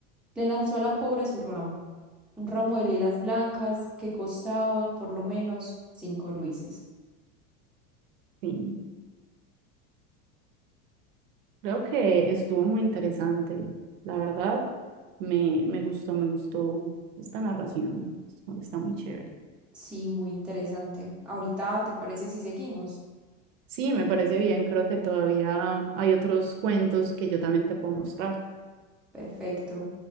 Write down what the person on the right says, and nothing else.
fin. Creo que estuvo muy interesante. La verdad, me, me gustó, me gustó esta narración. Está muy chévere.
Sí, me parece bien. Creo que todavía hay otros cuentos que yo también te puedo mostrar.